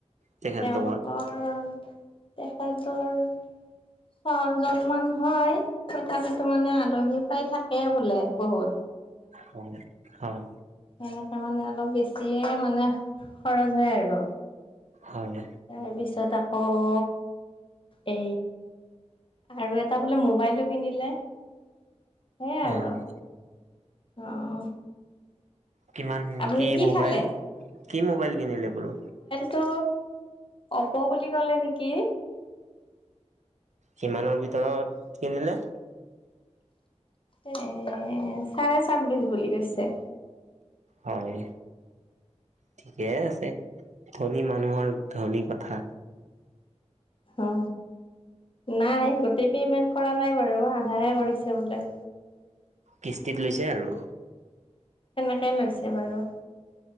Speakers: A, on the right (about 80°); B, on the left (about 45°).
A: তেখেতলোকৰ?
B: তেওঁলোকৰ তেখেতৰ অ, জন্মান হয়। তথাপিত মানে আলহী প্ৰায় থাকেই বোলে বহুত।
A: হয়, হয়।
B: সেনেকাে মানে অলপ বেছিয়ে মানে খৰচ হয় আৰু।
A: হয়।
B: তাৰ পিছত আকৌ এ, আৰু এটা বোলে মোবাইলো কিনিলে। সেইয়ে আৰু
A: হয়
B: অ'।
A: কিমান
B: আপুনি
A: কি মোবাইল
B: খালে
A: কি মোবাইল কিনিলে বোলো।
B: টো অপ বুলি ক'লে নেকি।
A: কিমানৰ ভিতৰত কিনিলে?
B: এ, চাৰে ছাব্বিশ বুলি কৈছে।
A: হয় ঠিকে আছে ধনী মানুহৰ ধনী কথা।
B: অ, নাই গোটেই পেমেন্ট কৰা নাই বাৰু আধাহে কৰিছে বোলে।
A: কিস্তিত লৈছে আৰু।
B: তেনেকে লৈছে বাৰু।